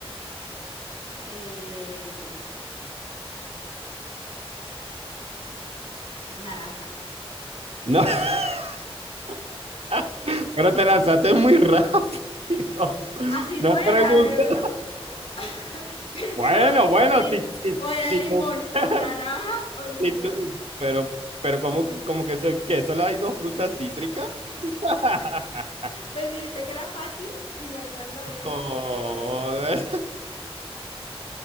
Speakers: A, on the left; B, on the right.
A: eh, naranja.
B: No. <laughs> Pero te lanzaste muy rápido.
A: Así
B: No
A: no era,
B: preguntes.
A: yo no- <laughs> pero
B: Bueno,
A: si no,
B: bueno,
A: si
B: si,
A: no-
B: si,
A: o era
B: si
A: limón,
B: tú,
A: o naranja,
B: <laughs>
A: o limón.
B: si tú- pero, pero ¿cómo, cómo que eso, que solo hay dos frutas cítricas? <laughs>
A: Pues dijiste que era fácil y no es mandarina,
B: Joder.
A: entonces,